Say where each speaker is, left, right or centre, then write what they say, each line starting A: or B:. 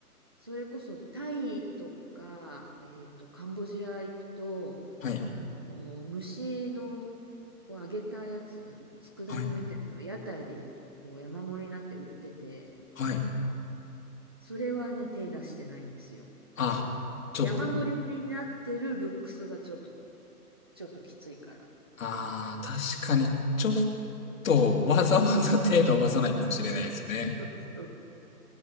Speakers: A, on the right; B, on the left.
A: それこそタイとか、えっと、カンボジア行くと、
B: はい。
A: あの、虫のこう揚げたやつ、佃煮みたいの屋台でこう山盛りになって売ってて、
B: はい。はい。
A: それはね、手出してないんですよ。
B: あ、ちょっと、
A: 山盛りになってるルックスがちょっと、ちょっときついから。
B: ああ、確かに、ちょっと、わざわざ手伸ばさないかもしれないですね。
A: そうそう